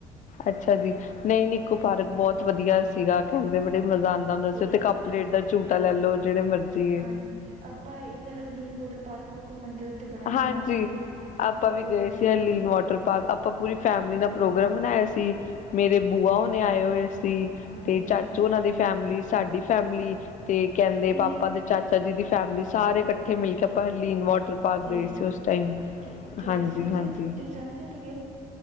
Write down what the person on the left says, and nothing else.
ਅੱਛਾ ਜੀ ਨਹੀਂ ਨਿਕੂ ਪਾਰਕ ਬਹੁਤ ਵਧੀਆ ਸੀਗਾ ਖੇਲਦੇ ਬੜੇ ਮਜ਼ਾ ਆਉਂਦਾ ਹੁੰਦਾ
ਸੀ ਉੱਥੇ ਕੱਪਲੇਟ ਦਾ ਝੂਟਾ ਲੈ ਲੋ ਜਿਹੜੇ ਮਰਜ਼ੀ
ਹਾਂਜੀ।
ਆਪਾਂ ਵੀ ਗਏ
ਸੀ ਹਰਲੀਨ ਵਾਟਰ ਪਾਰਕ,
ਆਪਾਂ ਪੂਰੀ ਫੈਮਿਲੀ ਨਾਲ ਪ੍ਰੋਗਰਾਮ
ਬਣਾਇਆ ਸੀ ਮੇਰੇ ਬੂਆ ਉਹਣੇੇ ਆਏ
ਹੋਏ ਸੀ
ਤੇ ਚਾਚੂ
ਉਹਨਾਂ ਦੇ ਫੈਮਿਲੀ ਸਾਡੀ ਫੈਮਿਲੀ ਤੇ ਕਹਿੰਦੇ
ਪਾਪਾ ਦੇ ਚਾਚਾ ਜੀ ਦੀ ਫੈਮਿਲੀ ਸਾਰੇ ਇਕੱਠੇ ਮਿਲ ਕੇ ਹਰਲੀਨ ਵਾਲ ਪਾਰਕ
ਗਈ ਸੀ ਉਸ ਟਾਈਮ,
ਹਾਂਜੀ-
ਹਾਂਜੀ